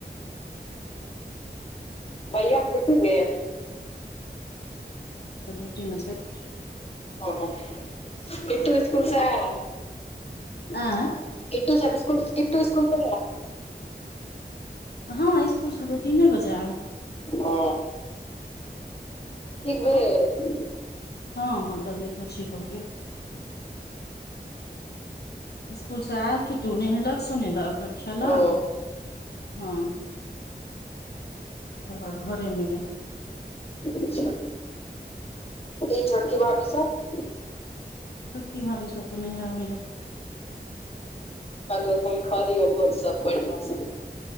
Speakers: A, on the left; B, on the left.
A: भैया डयूटी गेल
B: तऽ ड्यूटीमे छै
A: ओ बिटु इस्कूलसे ऐल। बिट्टूसभ
B: आँय
A: स्कुल
B: हँ इसकुल से तीने बजे आयल
A: ओ बेल
B: हँ हँ तबियतो ठीक भऽ गेल इसकुलसँ आयल कि तू नहेलक सुनेलक खेलक
A: ओ
B: हँ ओकर बाद घरे मे यै
A: अच्छा। ई छोटकी भाभी सब
B: छैक् की भाविस त नेहरामेैयै
A: फल फूल खा दियौ बहुत सब बढ़िआं से